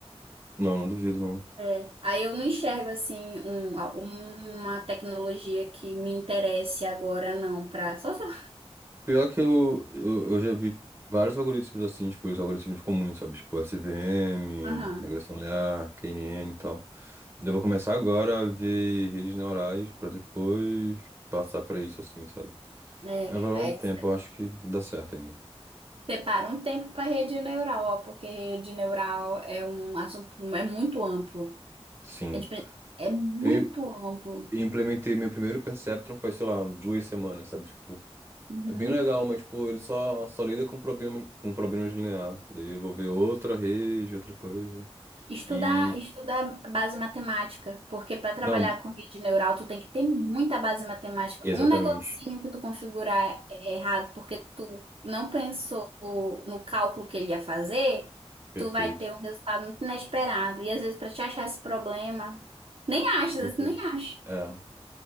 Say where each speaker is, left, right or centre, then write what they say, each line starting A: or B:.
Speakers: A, on the right; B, on the right.
A: Não, não duvido não.
B: É. Aí eu não enxergo assim um- a- uma tecnologia que me interesse agora não para só se eu
A: Pior que eu, eu, eu já vi vários algoritmos assim, tipo, os algoritmos comuns, sabe? Tipo, SVM,
B: Aham.
A: regressão linear, KNN e tal. Eu vou começar agora a ver redes neurais pra depois passar pra isso assim, sabe?
B: É,
A: Mas vai levar
B: é,
A: um tempo, eu acho que dá certo ainda.
B: separa um tempo para rede neural, ó, porque rede neural é um assunto é muito amplo.
A: Sim,
B: A gente, pre- é muito
A: Eu im-
B: amplo.
A: implementei meu primeiro Perceptron faz, sei lá, duas semanas, sabe? Tipo,
B: Uhum.
A: é bem legal, mas, pô, ele só, só lida com problemas, com problemas lineares. Daí eu vou ver outra rede, outra coisa.
B: Estudar,
A: E.
B: estudar base matemática, porque para trabalhar
A: Não,
B: com rede neural tu tem que ter muita base matemática.
A: exatamente.
B: Um negocinho que tu configurar é errado porque tu não pensou no cálculo que ele ia fazer,
A: Perfeito.
B: tu vai ter um resultado muito inesperado. E às vezes para te achar esse problema, nem acha,
A: Perfeito.
B: às vezes tu nem acha.
A: É.